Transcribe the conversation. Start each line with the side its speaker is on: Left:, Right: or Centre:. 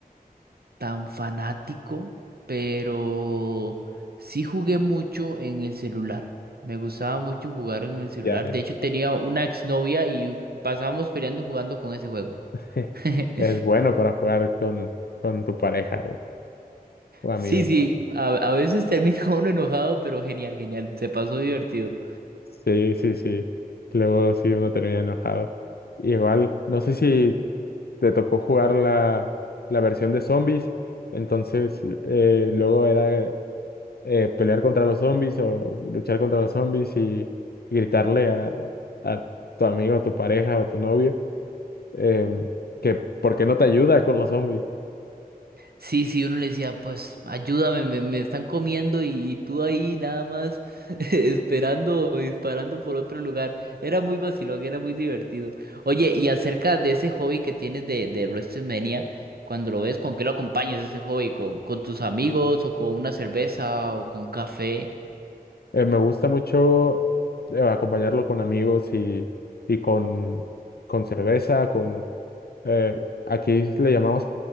Right: tan fanático, pero sí jugué mucho en el celular. Me gustaba mucho jugar en el celular.
Left: Ya, eh,
Right: De hecho, tenía una exnovia y pasábamos peleando jugando con ese juego.
Left: <laughs>
Right: <laughs>
Left: es bueno para jugar con, con tu pareja o, o amigos.
Right: Sí, sí,
Left: ¿no?
Right: a, a veces termina <laughs> uno enojado, pero genial, genial, se pasó divertido.
Left: Sí, sí, sí. Luego sí uno termina enojado. Igual, no sé si te tocó jugar la, la versión de zombies, entonces eh, luego era eh, pelear contra los zombies o luchar contra los zombies y gritarle a, a tu amigo, tu pareja o tu novio em, que por qué no te ayuda con los zombies.
Right: Sí, sí, uno le decía, pues ayúdame, me, me están comiendo y, y tú ahí nada más <laughs> esperando o disparando por otro lugar. Era muy vacilón, era muy divertido. Oye, y acerca de ese hobby que tienes de, de WrestleMania, cuando lo ves, ¿con qué lo acompañas ese hobby? ¿Con, con tus amigos o con una cerveza o con café?
Left: Eh, me gusta mucho eh, acompañarlo con amigos y, y con, con cerveza, con... eh, aquí le llamamos